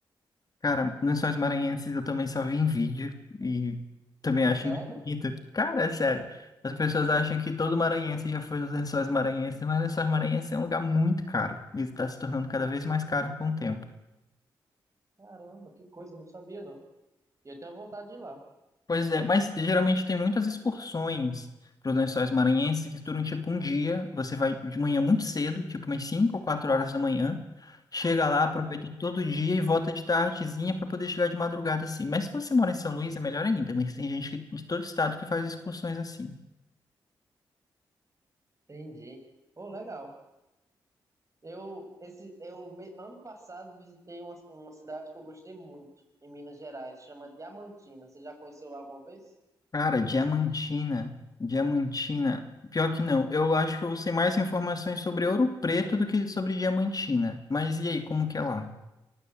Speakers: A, on the left (about 40°); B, on the right (about 35°).
A: Cara, Lençóis Maranhenses eu também só vi em vídeo e também acho
B: Sério?
A: muito bonito. Cara, é sério. As pessoas acham que todo maranhense já foi nos Lençóis Maranhenses, mas Lençóis Maranhenses é um lugar muito caro e está se tornando cada vez mais caro com o tempo.
B: Caramba, que coisa, eu não sabia não. E eu tenho vontade de ir lá.
A: Pois é, mas geralmente tem muitas excursões para os Lençóis Maranhenses que duram tipo um dia. Você vai de manhã muito cedo, tipo umas 5 ou 4 horas da manhã, chega lá,
B: Aham,
A: aproveita todo o dia e volta de tardezinha para poder chegar de madrugada assim. Mas se você mora em São Luís é melhor ainda, mas tem gente que- de todo estado que faz excursões assim.
B: entendi. Pô, legal. Eu, esse, eu me- ano passado visitei uma, uma cidade que eu gostei muito, em Minas Gerais, chama Diamantina. Você já conheceu lá alguma vez?
A: Cara, Diamantina, Diamantina. Pior que não, eu acho que eu sei mais informações sobre Ouro Preto do que sobre Diamantina. Mas e aí, como que é lá?